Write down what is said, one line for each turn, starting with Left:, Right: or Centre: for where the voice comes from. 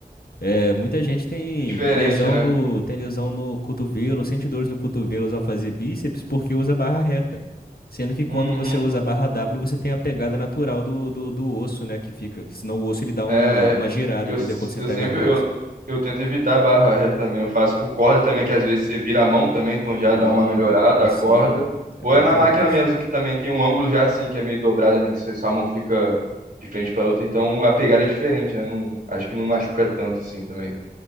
Left: É, muita gente tem
Right: É Diferente,
Left: lesão
Right: né?
Left: no, tem lesão no cotovelo, sente dores no cotovelo ao fazer bíceps porque usa barra reta. Sendo que quando
Right: Uhum.
Left: você usa a barra W, você tem a pegada natural do, do, do osso, né? Que fica. Que senão o osso ele dá uma,
Right: É,
Left: uma girada,
Right: eu,
Left: entendeu? Quando você
Right: eu
Left: pega
Right: sempre
Left: reto.
Right: eu, eu tento evitar a barra reta também. Eu faço com corda também,
Left: Hum.
Right: que às vezes você vira a mão também, então já
Left: Bom,
Right: dá uma melhorada
Left: bom,
Right: a
Left: sim.
Right: corda.
Left: É
Right: Ou
Left: bom
Right: é na
Left: demais.
Right: máquina mesmo que também tem um ângulo já assim, que é meio dobrado, né? Que você- sua mão fica de frente para outra. Então a pegada é diferente, né? Não, acho que não machuca tanto assim também.